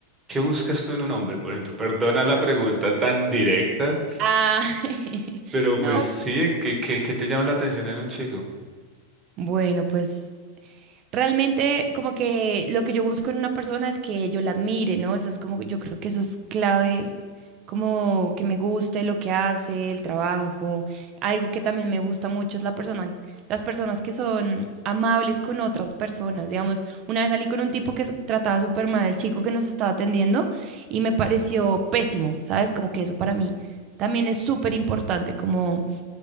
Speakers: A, on the right; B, on the right.
A: qué buscas tú en un hombre, por ejemplo? Perdona la pregunta tan directa,
B: Ah, <laughs>
A: pero
B: no.
A: pues sí, ¿qué, qué, qué te llama la atención en un chico?
B: Bueno, pues Realmente, como que lo que yo busco en una persona es que yo la admire, ¿no? Eso es como, yo creo que eso es clave, como que me guste lo que hace, el trabajo. Algo que también me gusta mucho es la persona, las personas que son amables con otras personas. Digamos, una vez salí con un tipo que trataba súper mal al chico que nos estaba atendiendo y me pareció pésimo, ¿sabes? Como que eso para mí también es súper importante, como